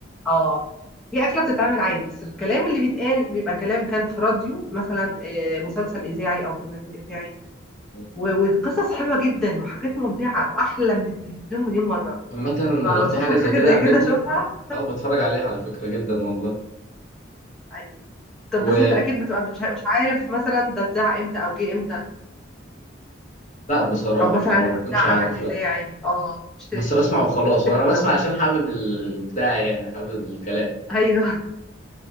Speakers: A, in the centre; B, on the left.
A: اه هي أكلة بتتعمل عادي بس الكلام اللي بيتقال بيبقى كلام كان في راديو مثلا آه، مسلسل إذاعي أو برنامج إذاعي
B: مم.
A: و- والقصص حلوه جدا وحاجات ممتعه واحلى من التلفزيون مليون مره
B: عامة انا
A: فوصلت
B: لو في حاجة
A: لك
B: زي
A: حاجه
B: كده
A: زي
B: قابلتني
A: كده شوفها
B: اه بتفرج عليها على فكرة جدا والله
A: ايوه طب
B: ولا
A: بس انت اكيد بتبقى مش مش عارف مثلا ده اتذاع امتى او جه امتى
B: بصراحة
A: او مثلا
B: ما
A: ان
B: بكونش
A: ده عمل
B: عارف
A: اذاعي
B: لا
A: اه مش تلفزيوني
B: بس بسمع وخلاص
A: ممكن تفتكر
B: وانا بسمع
A: ان ده مسلسل
B: عشان حابب البتاع يعني حابب الكلام
A: ايوه